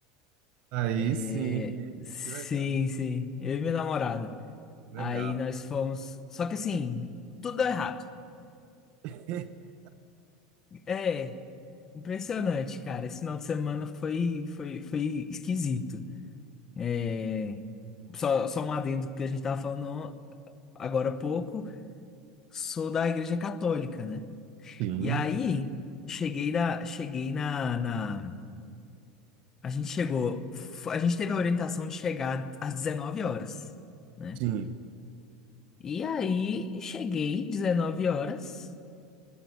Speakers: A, on the right; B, on the left.
A: Aí
B: É,
A: sim,
B: sim,
A: que legal.
B: sim. Eu e minha namorada.
A: Legal.
B: Aí nós fomos. Só que assim, tudo deu errado.
A: <laughs>
B: É. Impressionante, cara. Esse final de semana foi, foi, foi esquisito. É, Só, só um adendo que a gente tava falando agora há pouco. Sou da Igreja Católica, né?
A: Sim,
B: E aí, cheguei na, cheguei na, na... A gente chegou... f- A gente teve a orientação de chegar às 19 horas, né?
A: sim.
B: E aí, cheguei 19 horas